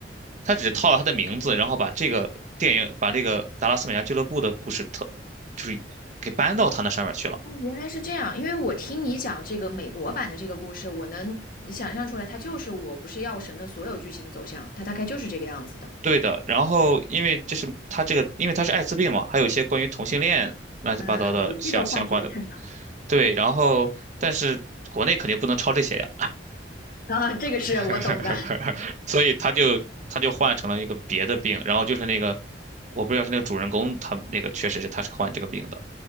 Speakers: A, on the right; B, on the left.
A: 他只是套了他的名字，然后把这个电影，把这个达拉斯美家俱乐部的故事特，就是给搬到他那上面去了。
B: 哦，原来是这样。因为我听你讲这个美国版的这个故事，我能想象出来，它就是《我不是药神》的所有剧情走向，它大概就是这个样子的。
A: 对的，然后因为这是他这个，因为他是艾滋病嘛，还有一些关于同性恋乱七八糟的相相关的。
B: 啊，有这个话题的探讨。
A: 对，然后但是国内肯定不能抄这些呀，
B: <laughs> 啊，这个是我懂的。
A: <laughs> 所以他就他就换成了一个别的病，然后就是那个我不知道是那个主人公他那个确实是他是患这个病的，